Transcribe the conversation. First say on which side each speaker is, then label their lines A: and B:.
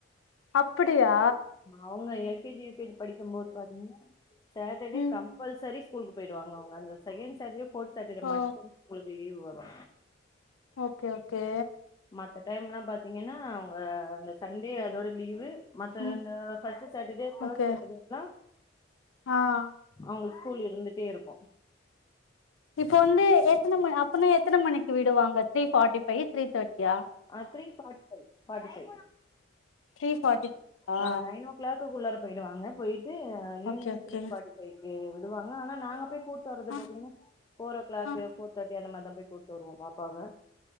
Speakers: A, on the left; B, on the left.
A: அப்புடியா
B: அவுங்க எல்கேஜி யுகேஜி படிக்கம்போது பாத்தீங்கன்னா சட்டர்டே
A: ம்
B: கம் பல்சரி ஸ்கூலுக்கு போயிடுவாங்க அவங்க அந்த செகண்ட் சாட்டடே ஃபோர்த் சாட்டடே
A: ஓ
B: மட்டு அவுங்களுக்கு லீவ் வரு
A: ஓகே ஓகே
B: மத்த டைம்லா பாத்தீங்கன்னா அவங்க அந்த சண்டே அதோட லீவு மத்த
A: ம்
B: அந்த ஃபஸ்ட்டு சாட்டடே தேர்ட்
A: ஓகே
B: சாட்டடேலா
A: ஆ
B: அவுங்க ஸ்கூல் இருந்துட்டே இருக்கு
A: இப்ப வந்து எத்தன மணி அப்பனா எத்தன மணிக்கு விடுவாங்க த்ரீ ஃபாட்டி ஃபைவ் த்ரீ தேட்டியா
B: ஆ three forty five forty five
A: three forty ஃபைவா
B: ஆ நயனோ கிளாக்குள்ளார போயிடுவாங்க போயிட்டு evening
A: okay okay
B: three forty ஃபைக்கு விடுவாங்க ஆனா நாங்க போய் கூட்டு வரது
A: ஆ
B: பாத்தீங்கனா ஃபோர் ஓ கிளாக்கு
A: ஆ
B: ஃபோர் தேட்டி அந்த மாரி தா போயி கூட்டு வருவோ பாப்பாவ